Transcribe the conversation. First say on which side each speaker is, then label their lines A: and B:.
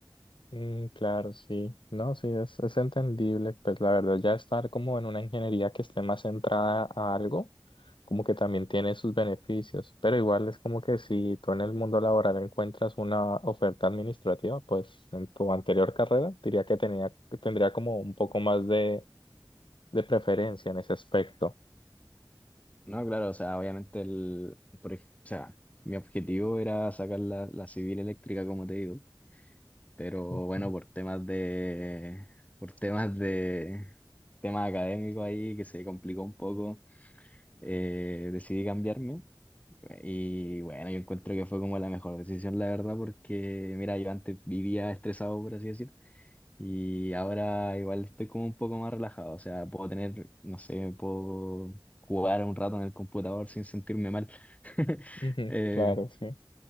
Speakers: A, on the left; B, on the left.
A: Mm, claro, sí, no, sí, es, es entendible, pues la verdad ya estar como en una ingeniería que esté más centrada a algo, como que también tiene sus beneficios, pero igual es como que si tú en el mundo laboral encuentras una oferta administrativa, pues en tu anterior carrera diría que tenía, que tendría como un poco más de, de preferencia en ese aspecto.
B: No, claro, o sea, obviamente el, por ej- o sea, mi objetivo era sacar la, la civil eléctrica, como te digo, pero
A: Ujú,
B: bueno, por temas de, por temas de, temas académicos ahí, que se complicó un poco, eh, decidí cambiarme. Y bueno, yo encuentro que fue como la mejor decisión, la verdad, porque mira, yo antes vivía estresado, por así decirlo Y ahora igual estoy como un poco más relajado, o sea, puedo tener, no sé, puedo jugar un rato en el computador sin sentirme mal. <laughs>
A: ujú,
B: Eh,
A: claro, sí.